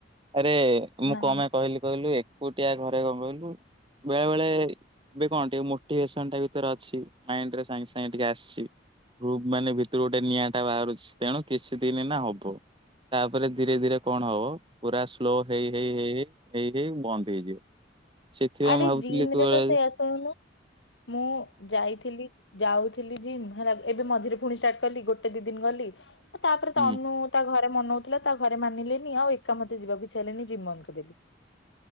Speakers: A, on the right; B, on the left.
A: ଆରେ ମୁଁ
B: ନା
A: କପାଇଁ କହିଲି କହିଲୁ କୋଉଟିଆ ଘରେ ଗମେଇଲୁ ବେଳେ ବେଳେ ଏବେ କଣ ଟିକେ ମୋଟିଭେସନ ଟା ଭିତରେ ଅଛି ମାଇଣ୍ଡ ରେ ସାଙ୍ଗେ ସାଙ୍ଗେ ଟିକେ ଆସିଚି ରୁଗ ମାନେ ଭିତରୁ ଗୋଟେ ନିଆଁଟା ବାହାରୁଛି ତେଣୁ କିଛି ଦିନ ଏଇନା ହବ। ତାପରେ ଧୀରେ ଧୀରେ କଣ ହବ ପୁରା ସ୍ଲୋ ହେଇ ହେଇ ହେଇ ହେଇ ଏଇ ହେଇ ବନ୍ଦ ହେଇଯିବ। ସେଥିପାଇଁ
B: ଆରେ
A: ମୁଁ ଭାବୁଥିଲି
B: ଜିମ
A: ତୁ
B: ରେ
A: ହଁ
B: ତ ସେଇଆ ଶୁଣୁନୁ ମୁଁ ଯାଇଥିଲି ଯାଉଥିଲି ଜିମ ହେଲା ଏବେ ମଝିରେ ପୁଣି ଷ୍ଟାର୍ଟ କଲି ଗୋଟେ ଦି ଦିନ ଗଲି ତାପରେ
A: ହୁଁ
B: ତନୁ ତା ଘରେ ମନଉ ଥିଲା ତା ଘରେ ମାନିଲେନି ଆଉ ଏକା ମତେ ଯିବାକୁ ଇଚ୍ଛା ହେଲାନି ଜିମ ବନ୍ଦ କରିଦେଲି